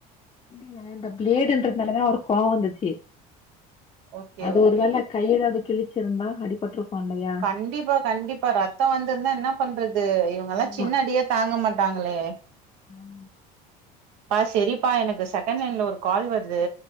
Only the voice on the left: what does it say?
இ இந்த பிளேடன்றதுலதா கோவ வந்துச்சு
அது
ஒரு வேள கைல வச் கிழச்சிருந்தா அடிப்பட்டு பா இல்லையா
ஆமா
ஆமா
சரி